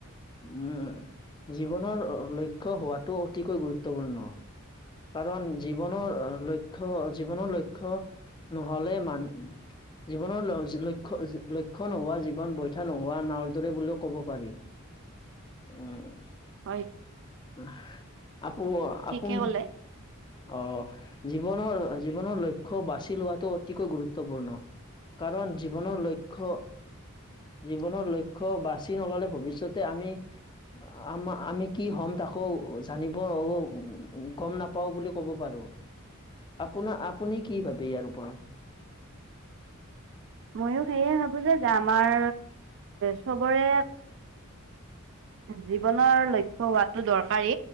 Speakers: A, on the left; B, on the right.
A: উম জীৱনৰ লক্ষ্য হোৱাটো অতিকৈ গুৰুত্বপূৰ্ণ। কাৰণ জীৱনৰ লক্ষ্য জীৱনৰ লক্ষ্য নহ'লে মান জীৱনৰ ল লক্ষ্য নোহোৱা জীৱন বৈথা নোহোৱা নাওৰ দৰে বুলিও ক'ব পাৰি। উম
B: হয়
A: আকৌ
B: ঠিকে
A: আপোন
B: কলে
A: আহ জীৱনৰ জীৱনৰ লক্ষ্য বাচি লোৱাটো অতিকৈ গুৰুত্বপূৰ্ণ। কাৰণ জীৱনৰ লক্ষ্য জীৱনৰ লক্ষ্য বাচি নললে ভৱিষ্যতে আমি আমা আমি কি হ'ম তাকো জানিব উ গম নাপাওঁ বুলি ক'ব পাৰোঁ। আপোনাৰ আপুনি কি ভাবে ইয়াৰ ওপৰত?
B: <inaudible> ময়ো সেয়ে ভাবো যে আমাৰ চবৰে <inaudible> জীৱনৰ লক্ষ্য হোৱাটো দৰকাৰী